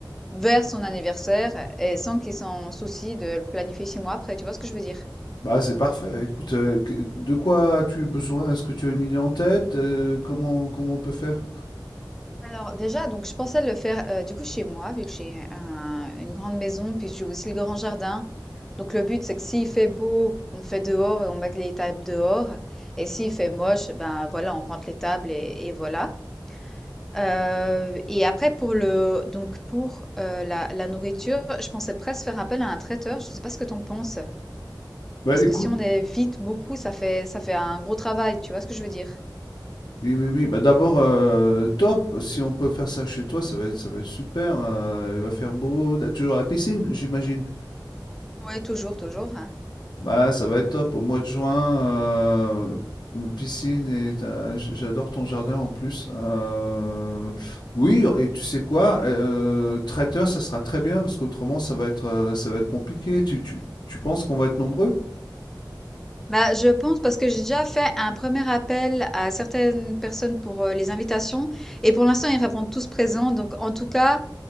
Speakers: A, in the centre; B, on the left.
A: vers son anniversaire et sans qu'il s'en soucie de le planifier chez moi après, tu vois ce que je veux dire?
B: Bah, c'est parfait. Écoute, heu, que de quoi as-tu besoin? Est-ce que tu as une idée en tête? Heu, comment comment on peut faire?
A: Alors déjà, donc je pensais le faire euh, du coup chez moi, vu que j'ai un- une grande maison, puis j'ai aussi le grand jardin. Donc le but, c'est que s'il fait beau, on fait dehors et on met les tables dehors. Et s'il fait moche, ben voilà, on rentre les tables et, et voilà. Euh, et après pour le donc pour euh, la, la nourriture, je pensais presque faire appel à un traiteur. Je sais pas ce que t'en penses,
B: Bah,
A: parce
B: écoute,
A: que si on est vite beaucoup, ça fait ça fait un gros travail. Tu vois ce que je veux dire?
B: oui, oui, oui, bah, d'abord, heu, top, si on peut faire ça chez toi, ça va être ça va être super, heu, il va faire beau, tu toujours la piscine, j'imagine?
A: Oui, toujours, toujours.
B: Bah, ça va être top au mois de juin, heu, une piscine et tu j j'adore ton jardin en plus, heu, oui et tu sais quoi? Heu, traiteur, ça sera très bien parce qu'autrement ça va être, heu, ça va être compliqué. Tu tu tu penses qu'on va être nombreux?
A: Bah, je pense parce que j'ai déjà fait un premier appel à certaines personnes pour euh, les invitations et pour l'instant ils répondent tous présents. Donc en tout cas,